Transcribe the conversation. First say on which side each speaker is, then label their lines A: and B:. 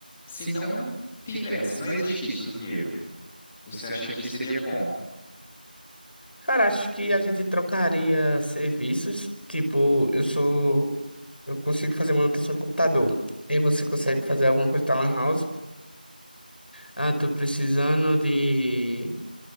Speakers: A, in the centre; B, on the left (about 90°).
A: se não tivesse, se não existisse o dinheiro? Você acha que seria como?
B: Cara, acho que a gente trocaria serviços. Tipo, eu sou. Eu consigo fazer manutenção do computador. E você consegue fazer alguma coisa da Lan House? Ah, tô precisando de